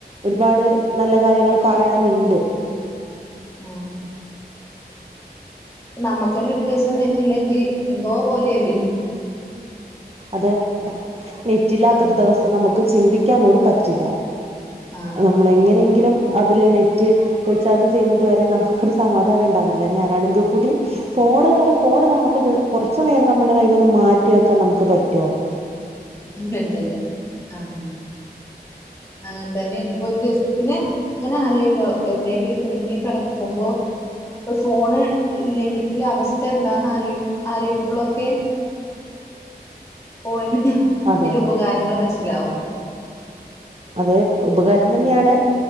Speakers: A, on the right; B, on the left.
A: ഒരുപാട് നല്ല കാര്യങ്ങൾ പറയാനുണ്ട്
B: ഉം ഇപ്പ നമ്മുക്കന്നെ ഒരു ദിവസം നെറ്റില്ലെങ്കിൽ എന്തോ പോലെയല്ലേ
A: അതെ നെറ്റില്ലാത്തൊരു
B: ആഹ്
A: ദിവസം നമുക്ക് ചിന്തിക്കാൻ കൂടി പറ്റില്ല
B: ആഹ്
A: നമ്മള് എങ്ങനെയെങ്കിലും അതില് നെറ്റ് റീചാർജ് ചെയ്യുന്നത് വരെ നമുക്കൊരു സമാധാനം എണ്ടാവില്ല ഞാനാണെങ്കി കൂടി ഫോണ് വേറെ ഫോണ് നമ്മക്ക് ജ കൊറച്ചു നേരം നമ്മൾടെ കയ്യീന്നൊന്ന് മാറ്റി വെക്കാൻ നമുക്ക് പറ്റോ
B: ഇല്ലല്ലല്ല ആഹ് അങ്ങൻതന്നേണ് ഇപ്പൊ ഒരു ദിവസം പിന്നേ ഇങ്ങനെ ആലോയിക്കും എവിടെയെങ്കിലും കുടുങ്ങി കെടക്കുമ്പോ ഒര് ഫോണ് ഇല്ലെങ്കിത്ത അവസ്ഥ എന്താന്ന് ആലോയ് ആലോയ്ക്കുമ്പളൊക്കെ ഫോണിന്
A: അതെ
B: അയ്ന്റെ
A: അതെ
B: ഉപകാരങ്ങള് മനസ്സിലാവും
A: അതെ ഉപകാരം തന്നെയാണ്